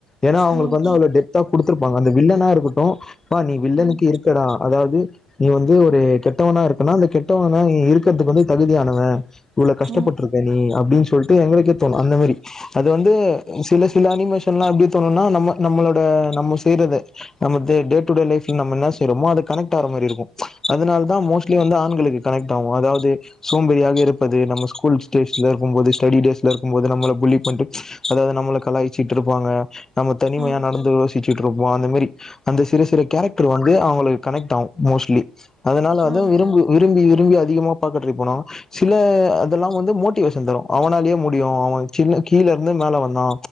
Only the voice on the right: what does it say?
ம் ம்
ம்
ம்
ம்
ம் ம்